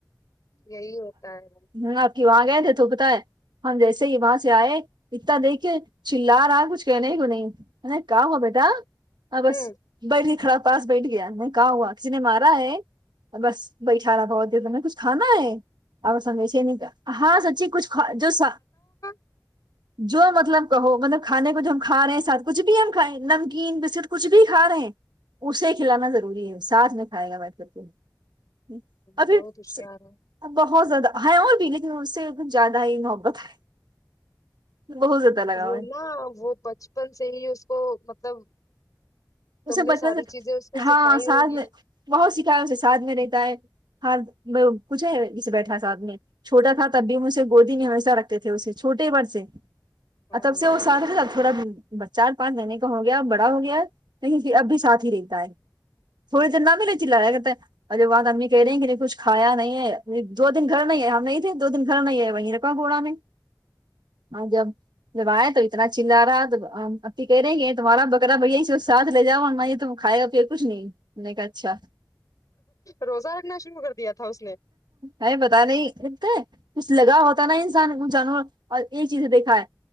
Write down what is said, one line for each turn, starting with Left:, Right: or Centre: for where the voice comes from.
Left: یہی ہوتا ہے
Right: ہ آپ کی وہاں گئے تھے تو پت ہے ہم جیسے ہی وہاں سے آئے اتنا دیکھے چلا رہا کچھ کہنے کو نہیں ا کا ہوا بیٹا ہ بس
Left: ہوں
Right: بڑ ہی خراب پاس بیٹھ گیا میں کہاں ہوا کسی نے مارا ہے اور بس بیشارا بہت دیر با کچھ کھانا ہے اور سگ نہیں ہاں سچی کچھ جو س
Left: ناقابل سماعت
Right: جو مطلب کہو مطلب کھانے کو جو ہم کھا رہے ہیں ساتھ کچھ بھی ہم کھائےیں نمکین بسکٹ کچھ بھی کھا رہے ہیں اسے کھلانا ضروری ہے ساتھ میں کھائے گا بیٹھ کے فر ہ ابھر
Left: بہت ہوشیار ہے
Right: بہت زیادہ ہے اور بھی گ تھی مج سے کچھ زیادہ ہی محبت ہے بہت زیادہ لگاؤ
Left: وہ
Right: ہے
Left: نا وہ بچپن سے ہی اس کو مطلب تم
Right: اسے
Left: نے
Right: بچپن
Left: ساری
Right: سے
Left: چیزیں اس کو
Right: ہاں
Left: سکھائی
Right: ساتھ
Left: ہوگی
Right: میں بہت سکھایا اسے ساتھ میں رہتا ہے ہاں کچھ ہے جسے بیٹھا ساتھ میں چھوٹا تھا تب بھی ہم اسے گودی نہیں ہمیشہ رکھتے تھے اسے چھوٹے ہی بھر سے
Left: ہاں
Right: تب سے وہ ساتھ تھوڑا چار پانچ مہینے کا ہو گیا بڑا ہو گیا لیکن پھر اب بھی ساتھ ہی رہتا ہے تھوڑے دیر نہ بھی نہیں چلا رہیا کہتا ارے بات ادمی کہہ رہی ہیں کہ نہیں کچھ کھایا نہیں ہے دو دن گھر نہیں ہے ہم نہیں تھے دو دن گھر نہیں ہے وہیں رکھوا گوڑا نے
Left: ناقابل سماعت
Right: ہاں جب جب آئے تو اتنا چلا رہا تو ہم ایپی کہہ رہے ہیںے تمہارا بکرا بھیا چ ساتھ لے جاؤ مائیے تو کایا پییا کچھ نہیں ہم نے کہا اچھا
Left: روزہ رکھنا شروع کر دیا تھا اس نے
Right: اے بتا نہیں لتا ہے کچھ لگا ہوتا نا انسان ان جانور اور ایک چیز دیکھا ہے